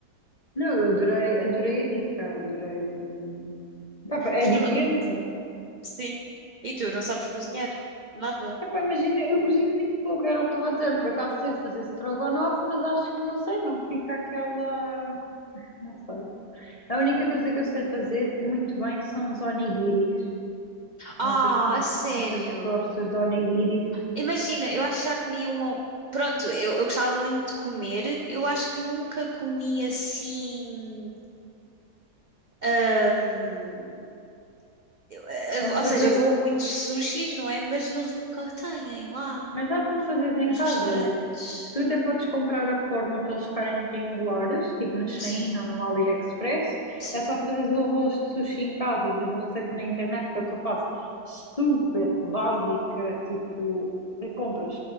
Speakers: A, on the left; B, on the right.
A: Não, eu adorei, adorei a dica, adorei. hum. Pá, pá, é
B: Porque
A: diferente.
B: tu não... Sim. E tu não sabes cozinhar? Nada.
A: Epá, imagina, eu cozinho muito pouco, era o que estava a dizer. Por acaso sei fazer strogonoff, mas acho que não sei, não fica aquela. Não sei. A única coisa que eu sei fazer muito bem são os onigiris.
B: Ah,
A: Não sei se,
B: a sério?
A: não sei se gostas de onigiris.
B: Imagina, eu acho que já comi um. ou- Pronto, eu, eu gostava muito de comer. Eu acho que nunca comi assim. hum, eu- eh,
A: É
B: ou
A: uma coisa,
B: seja, eu vou a muitos sushis, não é? Mas eles nunca têm lá
A: mas dá para fazeres em
B: nos
A: casa.
B: restaurantes.
A: Olha, tu até podes comprar a forma para eles ficarem triangulares, tipo na Shein
B: Sim,
A: ou no AliExpress.
B: sim,
A: É só fazeres o arroz de sushi em casa, vês a receita na internet, que é o que eu faço. Super básica, tipo, eh, compras